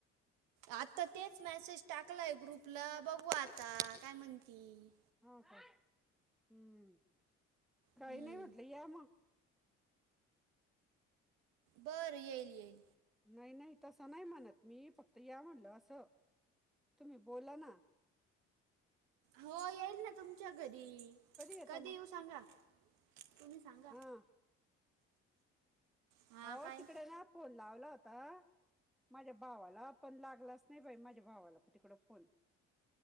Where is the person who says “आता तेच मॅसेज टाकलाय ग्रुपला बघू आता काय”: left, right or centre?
Right